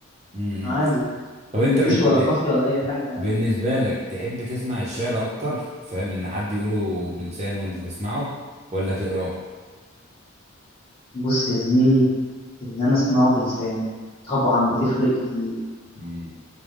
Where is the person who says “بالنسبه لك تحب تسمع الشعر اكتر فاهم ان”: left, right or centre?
Right